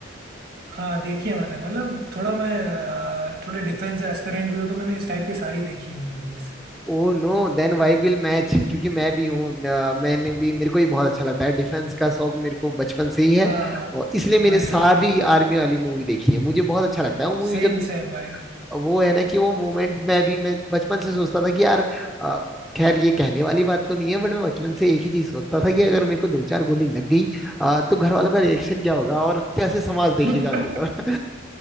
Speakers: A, on the right; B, in the centre.
A: हाँ देखी है मैंने मतलब थोड़ा मैं अ, थोड़ा डिफेंस एस्पिरेंट भी हूँ तो मैंने इस टाइप की सारी देखी है मूवीज
B: Oh no Then why will match क्योंकि मैं भी हूँ अ, मैंने भी मेरे को भी बहुत अच्छा लगता है डिफेंस का शौक मेरे को बचपन से ही है
A: हाँ
B: और इसलिए मैंने
A: वही
B: सारी
A: वही है
B: आर्मी वाली मूवी देखी है मुझे बहुत अच्छा लगता है वो मूवी
A: सेम
B: जब
A: सेम भाई <laughs>
B: वो है ना कि वो मोमेंट में भी मैं बचपन से सोचता था कि यार अ, खैर ये कहने वाली बात तो नहीं है बट मैं बचपन से एक ही चीज सोचता था कि अगर मेरे को दो चार गोली लग गई अ, तो घर वालों का रिएक्शन क्या होगा और कैसे समाज देखेगा
A: अरे
B: मेरे को